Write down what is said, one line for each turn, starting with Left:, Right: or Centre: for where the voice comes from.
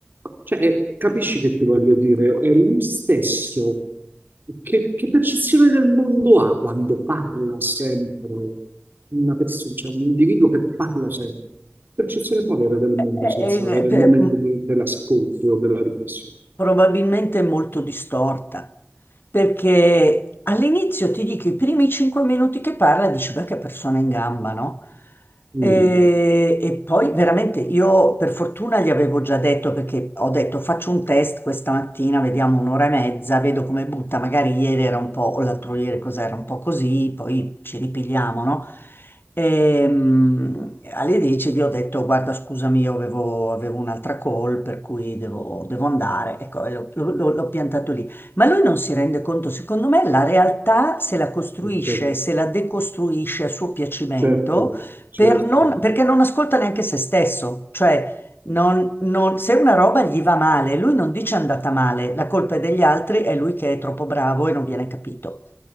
Right: cioè, eh, capisci che ti voglio dire? È lui stesso che, che percezione del mondo ha quando parla sempre una persona, cioè un individuo che parla sempre? Percezione può avere del mondo
Left: è-
Right: senza
Left: è-
Right: avere
Left: è- per-
Right: il momento di- dell'ascolto o della riflessione.
Left: probabilmente è molto distorta. Perché all'inizio ti dico, i primi cinque minuti che parla, dici, beh, che persona in gamba, no?
Right: Mm,
Left: E, e poi veramente io per fortuna gli avevo già detto perché ho detto faccio un test questa mattina, vediamo un'ora e mezza, vedo come butta, magari ieri era un po' o l'altro ieri cos'era un po' così, poi ci ripigliamo, no? Ehm, alle 10 gli ho detto guarda scusami io avevo, avevo un'altra call per cui devo, devo andare, ecco, e l'ho l'ho- l'ho piantato lì. Ma lui non si rende conto, secondo me, la realtà se la costruisce,
Right: certo,
Left: e se la decostruisce a suo piacimento,
Right: certo. certo.
Left: per non- perché non ascolta neanche se stesso. Cioè, non- non- se una roba gli va male, lui non dice è andata male, la colpa è degli altri, è lui che è troppo bravo e non viene capito.